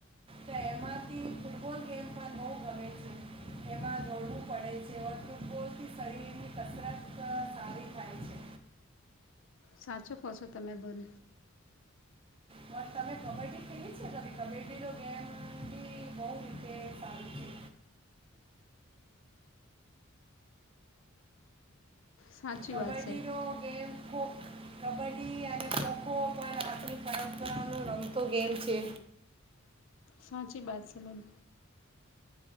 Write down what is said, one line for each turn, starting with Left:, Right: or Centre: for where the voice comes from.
Right: તો એમાંથી ફૂટબોલ ગેમ પણ બહુ ગમે છે. એમાં દોડવું પડે છે. ઓ ફૂટબોલ થી શરીર ની કસરત સારી થાય છે.
Left: સાચું કહો છો તમે બેન.
Right: બ તમે કબડ્ડી ખેલી છે ક કબડ્ડી નો ગેમ બહ રીતે સારી છે.
Left: સાચી
Right: કબ્ડીરો
Left: વાત છે
Right: ગેમ ખો કબડ્ડી અને ખોખો પણ આપણી પરંપરા નો રમતો ગેમ છે.
Left: સાંચી વાત છે બન.